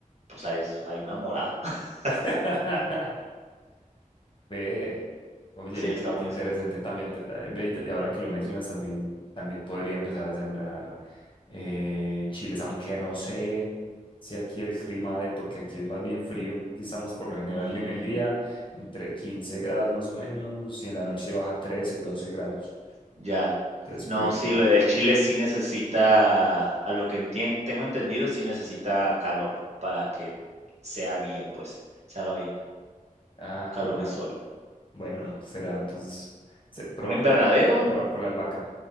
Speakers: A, on the right; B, on the left.
A: pues, hay hay una morada. <laughs>
B: <laughs> Ve, oye,
A: Sí, está
B: qué,
A: buenísimo.
B: qué interesante. También, te- ve, y te- y ahora que lo mencionas, también, también podría empezar a sembrar. eh, chiles, aunque no sé si aquí el clima de, porque aquí es más bien frío, aquí estamos por lo general
A: Mm,
B: en el día entre 15 grados más o menos y en la noche baja 13, 12 grados.
A: ya.
B: Entonces
A: No,
B: puede que
A: sí,
B: no.
A: lo el chile sí necesita, a lo que entien tengo entendido, sí necesita calor para que sea bien, pues, se haga bien,
B: Ah,
A: calor
B: jue madre.
A: y sol.
B: Bueno, no, será entonces se- probar
A: ¿Un invernadero?
B: con la, probar con la albahaca.